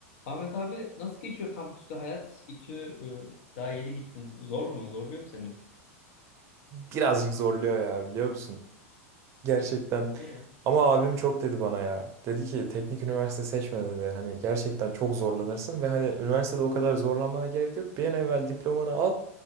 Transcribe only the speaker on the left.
Ahmet abi nasıl geçiyor kampüste hayat? İTÜ e, daha yeni gittin. Zor mu? Zorluyor mu seni?
İyi.